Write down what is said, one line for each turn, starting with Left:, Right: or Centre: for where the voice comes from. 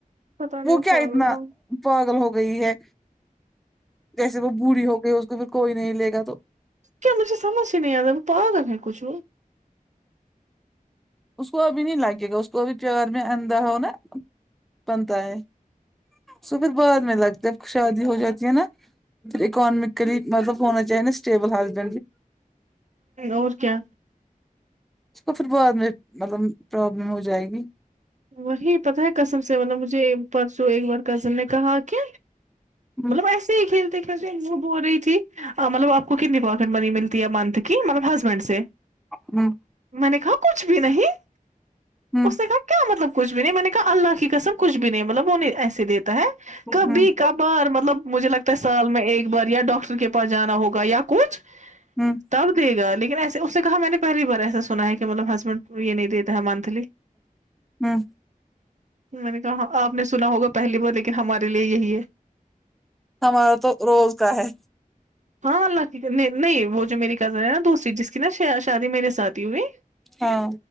Right: پتا نہیں
Centre: وہ کیا
Right: پاگل
Centre: اتنا
Right: ہو
Centre: پاگل ہو گئی ہے جیسے وہ بوڑھی ہو گئی اس کو پ کوئی نہیں لے گا تو
Right: کیا مجھ سمجھ نہیں آد ہے ب پغک ہے کچھ
Centre: اس کو ابھی نہیں لاگے گا اس کو ابھی قبر میں اندھا ہوناا بنتا ہے پھر بعد لگتا ہے شادی ہو جاتی ہے نا پھر اکانمکلی مطلب ہونا چاہی نا اسٹیبل ہال <unintelligible>
Right: اور کیا
Centre: اس کو پھر بعد میں مطلب پرابلم ہو جائے گی
Right: وہی پتہ ہے کسم سے ما مجھے پرسوں ایک بار کزن نے کہا کہ
Centre: ہوں
Right: مطلب ایسے ہی کھیلتے کھیلتے انوب ہو رہی تھی مطلب آپ کو کتنی پاکٹ بنی ملتی منتھ کی مطلب ہسبینڈ سے
Centre: ہوں
Right: میں نے کہا کچھ بھی نہیں
Centre: ھمم
Right: اس نے کہا کیا مطلب کچ بھی نہیں میں نے کہا اللہ کی قسم کچھ بھی نہیں مطلب وہ نہیں ایسے دیتے ہے کبھی
Centre: ہوں
Right: کھار مطلب مجھے لگتا ہے سال میں ایک بار یا ڈاکٹر کے پاس جانا ہوگا یا کچھ
Centre: ہوں
Right: تب دے گا لیکن ایسے اس سے کہا میں نے پاہلی بار ہے ایا سنا ہے کہ مطب ہسبینڈ یہ نہیں دیتا ہے منتھلی
Centre: ھمم
Right: میں نے کہا آپ نے سنا ہوگا پہلی بار لیکن ہمارے لیے یہی ہے
Centre: ہمارا تو روز کا ہے
Right: ہاں اللہ کی نہیں وہ جو میری زر ہے نا دوسری جس کی نا شادی میرے ساتھ تی ہوئی
Centre: ہاں